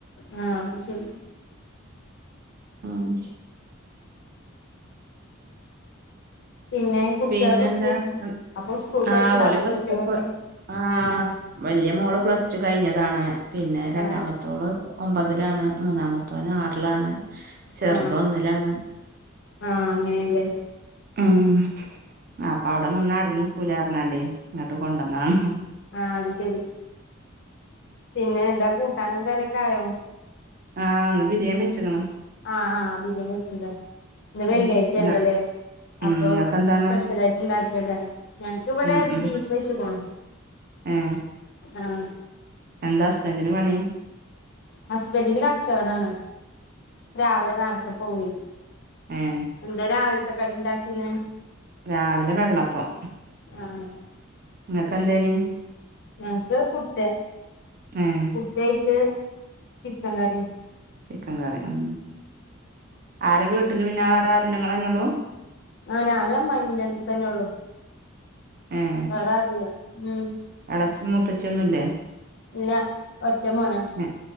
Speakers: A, on the left; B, on the right.
A: ആ അത് ശരി
B: ആഹ്
A: പിന്നെ കുട്ടികളൊക്കെ
B: പിന്നെന്താ
A: സ്കൂൾ
B: അന്
A: അപ്പൊ സ്കൂൾ പോയിട്ടുണ്ടാവില്ലേ
B: ആഹ് ഓലൊക്കെ
A: കുട്ടികളൊക്കെ
B: സ്കൂൾക്ക് ആഹ്
A: ആ
B: വെല്ല്യ മോള് പ്ലസ്ടു കഴിഞ്ഞതാണ് പിന്നെ രണ്ടാമത്തോള്
A: ആ
B: ഒമ്പതിലാണ് മൂന്നാമതോന് ആറിലാണ് ചെറുത്
A: ആ
B: ഒന്നിലാണ്
A: ആ അങ്ങനെയല്ലേ
B: മം അപ്പ അവിടെനിന്ന അടങ്ങിക്കൂലർഞ്ഞാണ്ട് ഇങ്ട്ട് കൊണ്ടന്നാണ്
A: ആഹ് അത് ശരി പിന്നെ എന്താ കൂട്ടാനും കറി ഒക്കെ ആയോ?
B: ആന്ന് ബിര്യം വെച്ചക്ണ്.
A: ആഹ് ആഹ് ബിര്യണി വെച്ചുലെ ഇന്ന് വെള്ളിയാഴ്ച
B: ഉം ഇങ്ങ
A: ആണല്ലോല്ലേ
B: ഉം
A: അപ്പൊ
B: ഇങ്ങക്കെന്താണ്
A: സ്പെഷ്യലായിട്ട്ണ്ടാക്ക ഞങ്ങക്ക് ഇവിടെ
B: ഉം ഉം
A: ബീഫ് വെച്കുണ്
B: ഏഹ്
A: ആഹ്
B: എന്താ ഹസ്ബന്റിന് പണി.
A: ഹസ്ബന്റിന് കച്ചവടാണ്. രാവിലെ നാരത്തെ പോവ്യ്
B: എഹ്
A: എന്താ രാവിലത്തെ കടി ഇണ്ടാക്കീന്നെ
B: രാവിലെ വെള്ളപ്പം
A: ആഹ്
B: ഇങ്ങക്കന്തെയ്നി
A: അത് ശരി ഞങ്ങക്ക് പുട്ട്
B: എഹ്
A: പുട്ട് അയ്ക്ക് ചിക്കങ്കറി
B: ചിക്കംകറി മം ആരാ വീട്ടില് പിന്നെ വേറെ ആരുല്ല ങ്ങളന്നെള്ളു
A: ആഹ് ഞാനും അമ്മായിമ്മ തന്നെള്ളു.
B: എഹ്
A: വേറാരൂല്ല മം
B: എളച്ചി മുത്തച്ചിന്നുംല്ലേ
A: ഇല്ല ഒറ്റ മോനാ.
B: എ